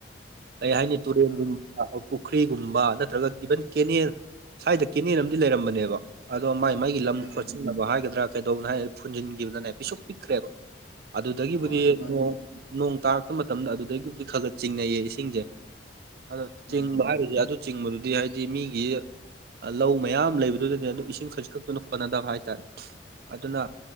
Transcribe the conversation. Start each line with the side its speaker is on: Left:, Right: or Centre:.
Right: ꯀꯩ ꯍꯥꯏꯅꯤ ꯇꯨꯔꯦꯟꯒꯨꯝꯕ
Left: ꯑꯥ
Right: ꯄꯨꯈ꯭ꯔꯤꯒꯨꯝꯕ ꯅꯠꯇ꯭ꯔꯒ ꯏꯚꯟ ꯀꯦꯅꯦꯜ ꯁ꯭ꯋꯥꯏꯗ ꯀꯦꯅꯦꯜ ꯑꯃꯗꯤ ꯂꯩꯔꯝꯕꯅꯦꯕ ꯑꯗꯣ ꯃꯥꯏ ꯃꯥꯏꯒꯤ ꯂꯝ
Left: ꯑꯥ
Right: ꯈꯣꯠꯆꯤꯟꯅꯕ ꯍꯥꯏꯒꯗ꯭ꯔꯥ ꯀꯩꯗꯧ ꯍꯥꯏ ꯐꯨꯟꯖꯤꯟꯈꯤꯕꯗꯅꯦ ꯄꯤꯁꯛ ꯄꯤꯛꯈ꯭ꯔꯦꯕ ꯑꯗꯨꯗꯒꯤꯕꯨꯗꯤ
Left: ꯃꯥꯅꯦ ꯃꯥꯅꯦ
Right: ꯅꯣꯡ ꯅꯣꯡ ꯇꯥꯔꯛꯄ ꯃꯇꯝꯗ ꯑꯗꯨꯗꯒꯤꯕꯨꯗꯤ ꯈꯒꯠ ꯆꯤꯡꯅꯩꯌꯦ ꯏꯁꯤꯡꯁꯦ ꯑꯗ ꯆꯤꯡꯕ
Left: ꯑꯥ
Right: ꯍꯥꯏꯔꯤꯁꯦ ꯑꯗꯨ ꯆꯤꯡꯕꯗꯨꯗꯤ ꯍꯥꯏꯗꯤ ꯃꯤꯒꯤ ꯂꯧ ꯃꯌꯥꯝ ꯂꯩꯕꯗꯨꯗꯅꯦ ꯑꯗꯨꯝ ꯏꯁꯤꯡ ꯈꯖꯤꯛ ꯈꯛꯇꯅ ꯀꯣꯟꯅꯗꯕ ꯍꯥꯏ ꯇꯔꯦ ꯑꯗꯨꯅ